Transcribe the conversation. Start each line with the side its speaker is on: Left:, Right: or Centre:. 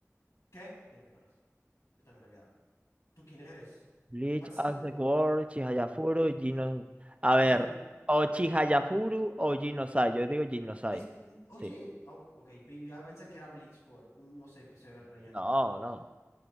Left: ¿Qué? Miércoles. Yo también le había dado. ¿Tú quién eres?
Right: Bleach,
Left: Axel.
Right: Axel World, Chihayafuru,
Left: Miércoles.
Right: Gino. A
Left: Esto
Right: ver,
Left: es de...
Right: o Chihayafuru o Ginosai. Yo digo Ginosai.
Left: es- Oye,
Right: Sí.
Left: oh, ok, pe- yo pensé que era Bleach por un, no sé, episodio de relleno,
Right: No,
Left: lo
Right: no.
Left: que sea.